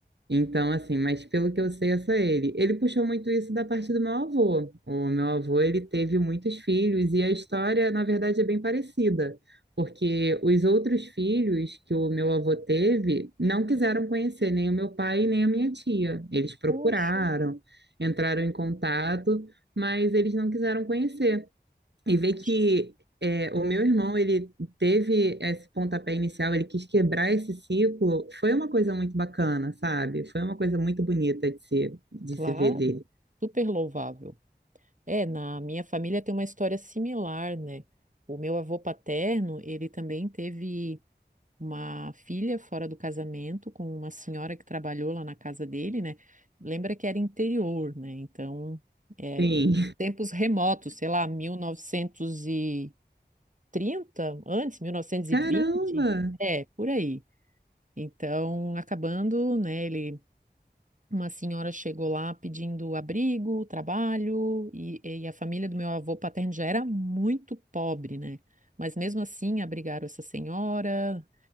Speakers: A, on the right; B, on the right.
A: Então, assim, mas pelo que eu sei, é só ele. Ele puxou muito isso da parte do meu avô. O meu avô, ele teve muitos filhos e a história, na verdade, é bem parecida, porque os outros filhos que o meu avô teve não quiseram conhecer nem o meu pai nem a minha tia. Eles procuraram,
B: Poxa,
A: entraram em contato, mas eles não quiseram conhecer e ver
B: poxa.
A: que é, o meu irmão ele teve esse pontapé inicial, ele quis quebrar esse ciclo, foi uma coisa muito bacana, sabe? Foi uma coisa muito bonita de se, de
B: Claro,
A: se ver dele.
B: super louvável. É, na minha família tem uma história similar, né? O meu avô paterno, ele também teve uma filha fora do casamento com uma senhora que trabalhou lá na casa dele, né? Lembra que era interior, né? Então, é,
A: Sim.
B: em
A: <laughs>
B: tempos remotos, sei lá, mil novecentos e trinta, antes, mil novecentos
A: Caramba!
B: e vinte. é, por aí. Então, acabando, né? Ele uma senhora chegou lá pedindo abrigo, trabalho, e, e a família do meu avô paterno já era muito pobre, né? Mas mesmo assim abrigaram essa senhora,